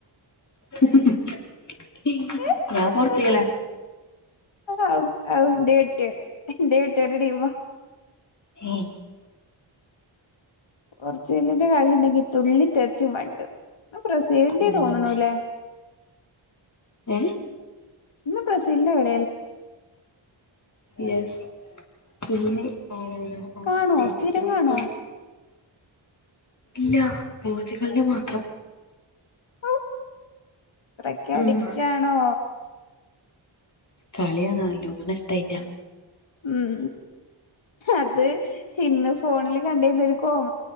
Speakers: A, on the left (about 35°); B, on the left (about 70°).
A: <unintelligible>
B: ഏ
A: ഞാൻ പോർച്ച്ഗല
B: അതെന്താ ഔ ഔ എന്റെ കെട്ടിയോൻ എന്റെ കെട്ടിയോന്റെ ടീമ
A: ഏഹ്
B: പോർച്ചഗലിന്റെ കളി ഉണ്ടെങ്കി തുള്ളി തെറിച്ചും മണ്ട് ഇന്ന് ബ്രസീലിന്റയ
A: അതന്നെ
B: തോന്നണൂല്ലേ
A: ഏ
B: ഇന്ന് ബ്രസീലിന്റെ കളി-
A: യസ്സ് പിന്നെ <unintelligible> ആറ്
B: കാണോ സ്ഥിരം
A: എത്രാമത്തെ
B: കാണോ
A: ഇല്ല പോർച്ചുഗലിന് മാത്രം
B: ഔ ഇത്രക്ക്
A: ഉം
B: അഡിക്റ്റ് ആണോ
A: കളിയാണനല്ലോണ ഇഷ്ടായിറ്റാ
B: ഉം അത് ഇന്ന് ഫോണില് കണ്ടിരുന്നൊരു കോമ